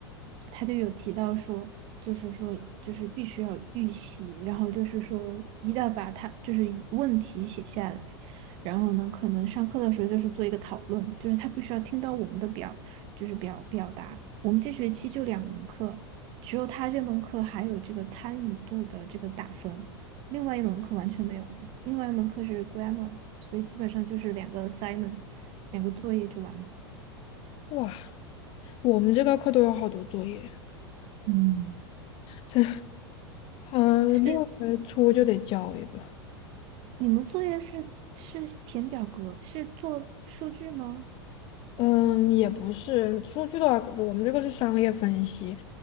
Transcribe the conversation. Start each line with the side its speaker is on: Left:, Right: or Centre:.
Right: 他就有提到说，就是说，就是必须要预习，然后就是说，一定要把他就是问题写下来。然后呢，可能上课的时候就是做一个讨论，就是他必须要听到我们的表，就是表表达。我们这学期就两门课，只有他这门课还有这个参与度的这个打分，另外一门课完全没有了。另外一门课是 grammar，所以基本上就是两个 assignment，两个作业就完了。
Left: 哇，我们这个课都有好多作业，
Right: 嗯，
Left: 这，嗯，
Right: 是
Left: 六月初就得交一个。
Right: 你们作业是是填表格，是做数据吗？
Left: 嗯，也不是，数据的话，我们这个是商业分析，